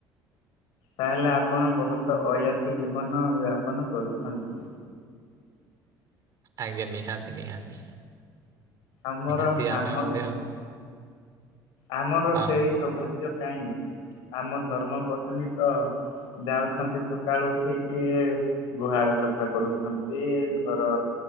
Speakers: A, on the left; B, on the right.
A: ତାହେଲେ ଆପଣ ବହୁତ ଅୟାସୀ ଜୀବନ ଯାପନ କରୁଛନ୍ତି।
B: ଆଜ୍ଞା ନିହାତି ନିହାତି।
A: ଆମର
B: ନିହାତି ଆମେ
A: ଆମର
B: ମଧ୍ୟ
A: ଆମର
B: ହଁ
A: ସେଇ ସୌଭାଗ୍ୟ କହିଁ। ଆମ ଧର୍ମ ପତ୍ନୀ ତ ଯାଉଛନ୍ତି ସକାଳୁ ଉଠିକି ଗୁହାଳ ସଫା କରୁଛନ୍ତି ସେ ଘର